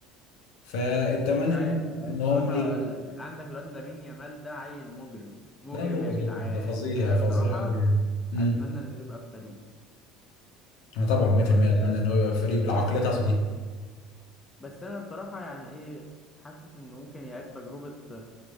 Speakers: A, on the left (about 75°); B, on the left (about 15°).
A: فالتمني
B: مش عارف
A: ان هم ان هم
B: بصراحة
A: ي...
B: ال- عندك الواد لامين يامال ده عيل مجرم مجرم
A: ده مجرم
B: يا جدعان
A: ده فظيع
B: انا
A: فظيع
B: بصراحة
A: قوي يعني امم
B: اتمنى انه يبقى في فريق
A: انا طبعا 100%
B: الواد
A: اتمنى
B: ده
A: ان هو يبقى فريق بالعقليه
B: بس
A: بتاعته دي
B: بس انا بصراحه يعني ايه حاسس انه ممكن يعيد تجربه